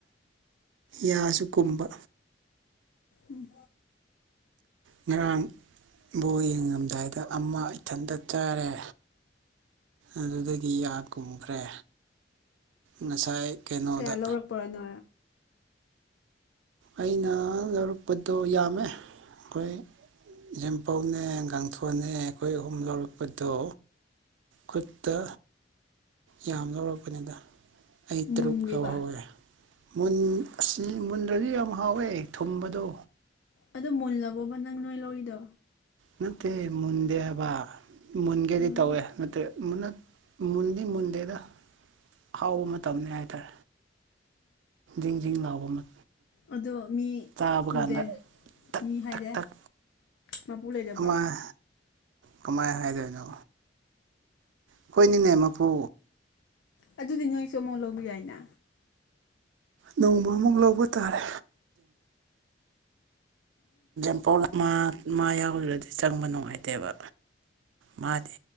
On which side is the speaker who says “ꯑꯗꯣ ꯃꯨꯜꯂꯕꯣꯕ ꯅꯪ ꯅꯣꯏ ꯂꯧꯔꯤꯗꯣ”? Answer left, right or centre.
Left